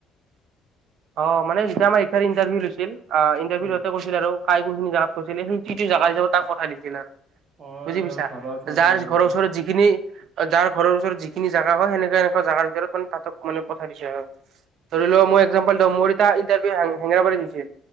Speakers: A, on the right; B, on the right.
A: অ' মানে যেতিয়া আমাৰ ই ইণ্টাৰভিউ লৈছিল অ' ইণ্টাৰভিউ
B: উম,
A: লওঁতে ছিল আৰু কাই কোনখিনি জাগা কৈছিল সেই কিটো জেগা হিচাপত তাক পঠাই দিছিল না।
B: অ',
A: বুজি
B: এই
A: পাইছা,
B: ঘৰৰ ওচৰতে
A: যাৰ
B: আগতে
A: ঘৰৰ ওচৰত যি যিখিনি অ যাৰ ঘৰৰ ওচৰত যিখিনি জাগা হয়, সেনেকা সেনেকুৱা জাগাৰ ভিতৰত মানে তাহতক মানে পঠাই দিছে আৰু। ধৰি লোৱা মই একজাম টো মোৰ এতিয়া ইণ্টাৰভিউ হেঙেৰাবাৰী দিছে।